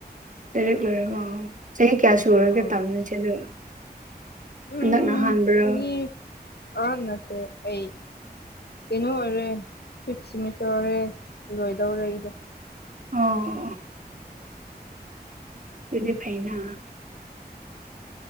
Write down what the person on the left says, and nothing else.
ꯑꯣ
ꯎꯝ
ꯆꯍꯤ ꯑꯥ ꯅꯠꯇꯦ ꯑꯩ ꯀꯩꯅꯣ ꯑꯣꯏꯔꯦ ꯐꯤꯞ ꯁꯤꯦꯃꯤꯁꯇꯔ ꯑꯣꯏꯔꯦ ꯂꯣꯏꯗꯧꯔꯦ ꯑꯩꯗꯣ